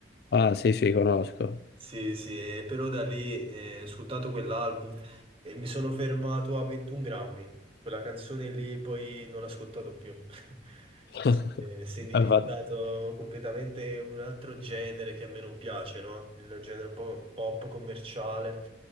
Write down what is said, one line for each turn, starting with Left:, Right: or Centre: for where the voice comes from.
Left: Ah, sì, sì, conosco.
Right: Sì, sì, e però da lì eh, ho ascoltato quell'album e mi sono fermato a 21 grammi. Quella canzone lì poi non l'ho ascoltato più. <laughs>
Left: <laughs>
Right: Si è si è indirizzato
Left: Hai fatto-
Right: completamente un altro genere che a me non piace, no? Il genere un po' pop commerciale.